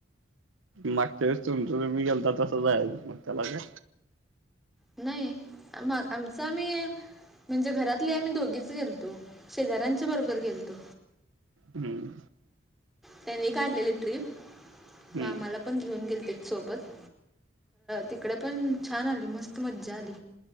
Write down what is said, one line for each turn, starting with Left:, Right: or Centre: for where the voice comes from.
Right: मागच्या वेळेस तुमच तुम्ही गेला तसं जायाच त्याला काय
Centre: नाही मग आमच आम्ही म्हणजे घरातली आम्ही दोघीच गेलोतो शेजाऱ्यांच्या बरोबर गेलतो
Right: हम्म
Centre: त्यांनी काढलेली ट्रीप
Right: हम्म.
Centre: मग आम्हाला पण घेऊन गेल ते सोबत तिकडे पण छान आली मस्त मज्जा आली